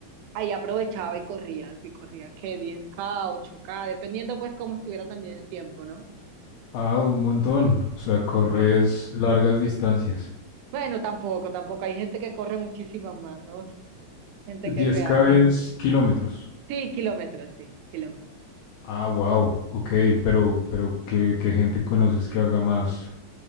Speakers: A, on the right (about 85°); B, on the left (about 80°).
A: ahí aprovechaba y corría, y corría que diez k ocho k dependiendo pues cómo estuviera también el tiempo, ¿no?
B: Ah, un montón. O sea, corres
A: Sí.
B: largas distancias.
A: Bueno, tampoco, tampoco. Hay gente que corre muchísimas más, ¿no? Gente que
B: Diez
A: se hace.
B: k es kilómetros.
A: Sí, kilómetros, sí, kilómetros.
B: Ah, wow. Ok, pero, pero ¿qué, qué gente conoces que haga más?